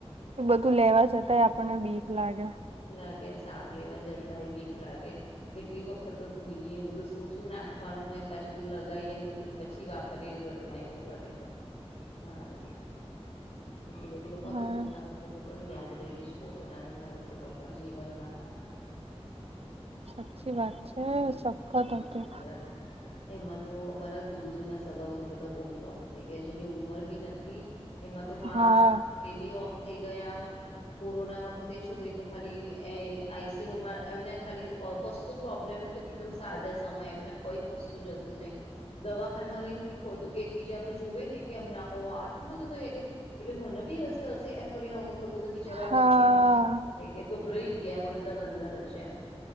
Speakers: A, on the right; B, on the left.
A: એ બધું લેવા જતાંય આપણને બીક લાગે.
B: લાગે શાક લેવા જતાય ભીખ લાગે. કેટલી વખત ધોઈએ ને બધું શું શું નાખવાનું હોય ને પાછું બધું લગાવીએ ને બધું પછી વા. ઘરમાં એવો કર તો હા એટલી બધી. કે પપ્પા
A: હા
B: કોરોના વખતે તો યાદ રહી ગઈશ કોરોનાનો ટાઈમ તો પપ્પા જીવનમાં.
A: સાચી વાત છે
B: હમ.
A: સખત
B: હા
A: હતું.
B: એમાં તો અમારા દૂર દૂર ના સગાઓ તો બધા બહુ જોબ થઈ ગયા જેની ઉંમર બી નથી. એમાં તો
A: હા
B: બી ઓફ થઈ ગયા. કોરોના વખતે છોકરી તો ખાલી આઈસીમાં એમને ખાલી. કશું પ્રોબ્લેમ નો એકદમ સાજા સમય એમને કઈ કશું જતું નહીિ. દવાખાાનમાં રહીને કેવું હતું કે એકબીજાનું જોુવે ને કે હમ હો આ. એટલું બધું થઈ એટલે મને બી હશે હશે એમ કરીને અમુક લોકો તો બિચારા
A: હા
B: એમ. થઈ ગયા ગભરાઈ ગયા એમ અંદર અંદર હ છે એમ.